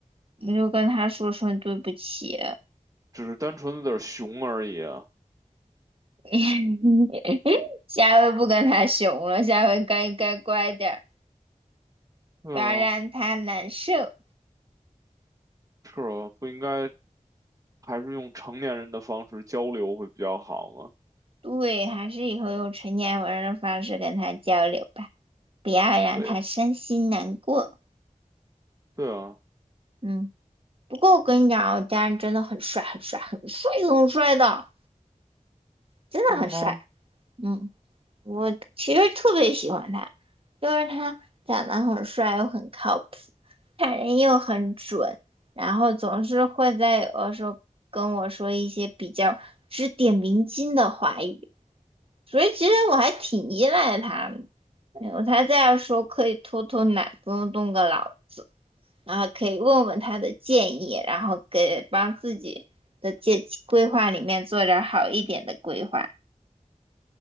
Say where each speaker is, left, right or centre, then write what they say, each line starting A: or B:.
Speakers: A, on the right; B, on the right.
A: 我就跟他说声对不起，
B: 只是单纯的有点儿熊而已啊。
A: <laughs> 下回不跟他熊了，下回该该乖点儿，
B: 对啊。
A: 不要让他难受。
B: 是啊，不应该还是用成年人的方式交流会比较好吗？
A: 对，还是以后用成年人的方式跟他交流吧，不要让他伤心难过。
B: 对，对啊，
A: 嗯。不过我跟你讲啊我家人真的很帅，很帅，很帅，很帅的，真的很帅。
B: 是吗？
A: 嗯，我其实特别喜欢他，就是他长得很帅又很靠谱，看人又很准，然后总是会在有的时候跟我说一些比较指点迷津的话语，所以其实我还挺依赖他的，哎我才这样说可以偷偷懒，不用动个脑。子。然后可以问问他的建议，然后给帮自己的计规划里面做点儿好一点的规划。